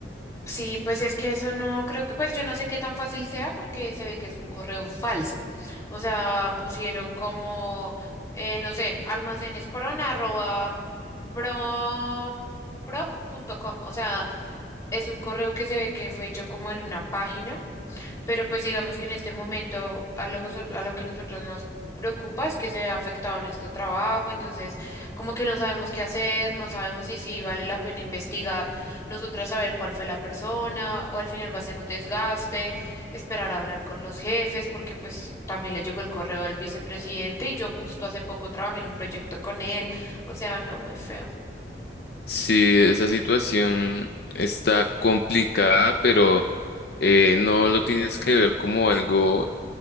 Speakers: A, on the left; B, on the left.
A: Sí, pues es que eso no creo que, pues yo no sé qué tan fácil sea porque se ve que es un correo falso. O sea, pusieron como, eh, no sé, almacenes corona arroba pro, prop punto com. O sea, es un correo que se ve que fue hecho como en una página. Pero pues digamos que en este momento a lo, nosot- a lo que nosotros nos preocupa es que se ha afectado nuestro trabajo, entonces como que no sabemos qué hacer, no sabemos si, si vale la pena investigar, nosotras saber cuál fue la persona o al final va a ser un desgaste, esperar a hablar con los jefes, porque pues también le llegó el correo al vicepresidente y yo justo hace poco trabajé en un proyecto con él, o sea, no, muy feo.
B: Sí, esa situación está complicada, pero eh, no lo tienes que ver como algo